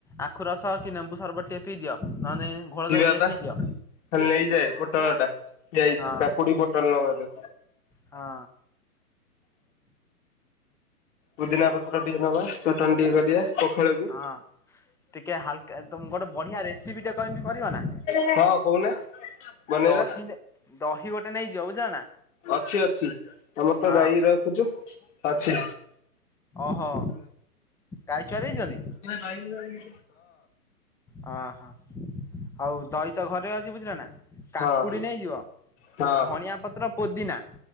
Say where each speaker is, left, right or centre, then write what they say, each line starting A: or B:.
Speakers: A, in the centre; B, on the left.
A: ଆଖୁ ରସ କି ନେମ୍ବୁ ସରବତ ଟେ ପିଇ ଦିଅ ନହେଲେ ଘୋଳ
B: ଯିବା
A: ଦହି ଟିକେ
B: ତା
A: ପିଇ
B: ଖାଲି
A: ଦିଅ
B: ନେଇଯାଏ ପୋଟଳ ଟା ଯାଇଛି
A: ହଁ
B: କାକୁଡି ପୋଟଲ ନଗବେ
A: ହଁ
B: ପୁଦିନା ପତ୍ର ଟିକେ ନବା ଚଟଣ ଟିକେ କରିବା ପଖାଳକୁ
A: ହଁ ଟିକେ ହାଲକା ତମ ଗୋଟେ ବଢିଆ ରେସିପି ଟେ କହିମି କରିବ ନା
B: ହଁ କହୁନ ବନେଇବା
A: ଦହି ନେ ଦହି ଗୋଟେ ନେଇଯିବ ବୁଝିଲ ନା
B: ଅଛି ଅଛି ତମର ତ
A: ହଁ
B: ଗାଈ ରଖୁଛୁ, ଅଛି
A: ଓହୋ କାଈଛୁଆ ଦେଇଛନ୍ତି,
B: ଏ ନାଇ
A: ହ ହ <inaudible> ହଉଉ <inaudible> ତ ଘରେ ଅଛି ବୁଝିଲ ନା କାକୁଡି
B: ହଁ
A: ନେଇଯିବ
B: ହଁ
A: ଧଣିଆ ପତ୍ର ପଦ୍ଦିନା